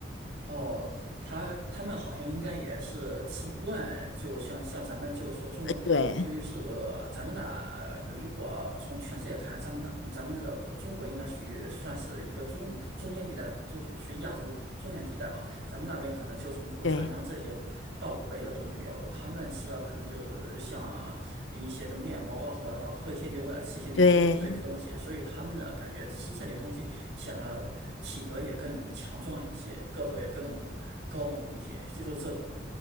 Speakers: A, on the right (about 65°); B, on the left (about 85°).
A: 哦，他他们好像应该也是吃不惯，就像像咱们就是说中，
B: 呃，对
A: 至于是咱们那，如果从全世界看，咱们那咱们那个中国应该属于算是一个中中间地带，就是属于亚洲中原地带吧。咱们那边可能就是五谷杂粮这些稻谷类的东西比较多，
B: 对
A: 他们吃的可能就像一些这面包啊，或者喝一些牛奶、吃一些牛肉这些东西，
B: 对，
A: 所以他们呢感觉吃这些东西显得体格也更强壮一些，个头也更高猛一些，就是这种。